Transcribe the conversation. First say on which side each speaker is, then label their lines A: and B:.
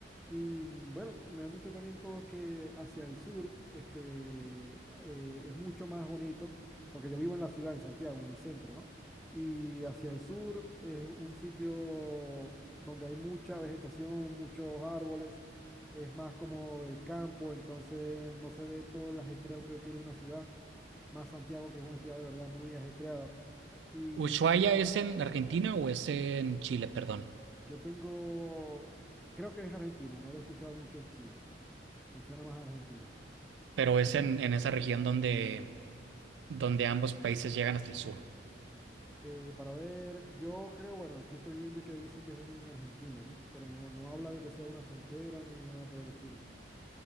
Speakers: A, in the centre; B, on the right.
A: Y mm, bueno, me han dicho también todos que hacia el sur este, eh, es mucho más bonito, porque yo vivo en la ciudad, en Santiago, en el centro, ¿no? Y hacia el sur es un sitio donde hay mucha vegetación, muchos árboles, es más como el campo, entonces no se ve todo el ajetreo que tiene una ciudad, más Santiago, que es una ciudad de verdad muy ajetreada. Y
B: ¿Ushuaia es en Argentina o es en Chile, perdón?
A: yo tengo, creo que es Argentina, no lo he escuchado mucho en Chile, me suena más a Argentina.
B: Pero es en, en esa región donde, donde ambos países llegan hasta el sur.
A: Eh, para ver, yo creo, bueno, aquí estoy viendo que dice que es en Argentina, ¿no? Pero no, no habla de que sea una frontera ni nada por el estilo.